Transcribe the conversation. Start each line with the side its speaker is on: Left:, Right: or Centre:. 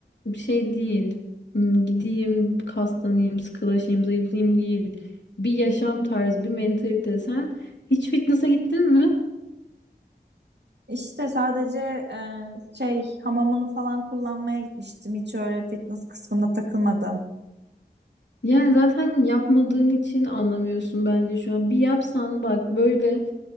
Left: bir şey değil. Hmm, Gideyim, kaslanayım, sıkılaşayım, zayıflayayım değil. Bir yaşam tarzı, bir mentalite. Sen hiç fitness'a gittin mi?
Right: İşte sadece e, şey hamamını falan kullanmaya gitmiştim. Hiç öyle fitness kısmında takılmadım.
Left: Yani zaten yapmadığın için anlamıyorsun bence şu an. Bir yapsan bak böyle